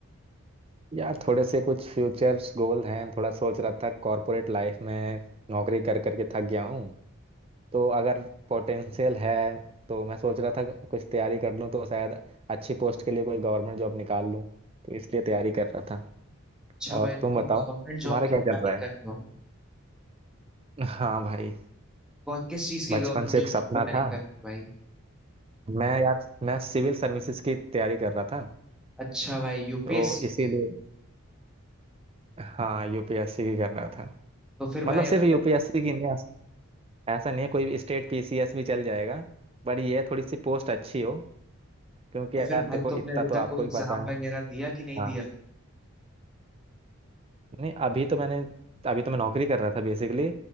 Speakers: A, on the right; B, in the centre.
A: यार थोड़े से कुछ फ्यूचर गोल हैं थोड़ा सोच रहा था कॉर्पोरेट लाइफ में नौकरी कर करके थक गया हूँ तो अगर पोटेंशियल है तो मैं सोच रहा था कुछ तैयारी कर लूँ तो शायद अच्छी पोस्ट के लिए कोई गवर्नमेंट जॉब निकाल लूँ तो इसलिए तैयारी कर रहा था
B: अच्छा
A: और
B: भाई तो
A: तुम
B: तुम
A: बताओ
B: गवर्नमेंट
A: तुम्हारा
B: जॉब
A: क्या
B: की तैयारी
A: चल रहा
B: कर
A: है
B: रहे हो
A: हाँ भाई
B: कौन किस चीज
A: बचपन
B: की गवर्नमेंट
A: से
B: जॉब
A: एक सपना
B: की तैयारी
A: था
B: कर रहे हो भाई
A: मैं यार मैं सिविल सर्विसेज की तैयारी कर रहा था
B: अच्छा भाई यूपीएससी
A: तो
B: की
A: इसीलिए हाँ यूपीएससी की कर रहा था
B: तो फिर भाई
A: मतलब
B: अभी
A: सिर्फ यूपीएससी
B: तक
A: की नहीं ऐसा नहीं है कोई भी स्टेट पीसीएस भी चल जाएगा बट ये है, थोड़ी सी पोस्ट अच्छी हो क्योंकि
B: तो
A: यार
B: फिर भाई
A: देखो
B: तुमने
A: इतना
B: अभी
A: तो
B: तक
A: आपको
B: कोई
A: ही
B: एग्जाम
A: पता है
B: वगैरह दिया कि नहीं
A: हाँ
B: दिया
A: नहीं अभी तो मैंने अभी तो मैं नौकरी कर रहा था बेसिकली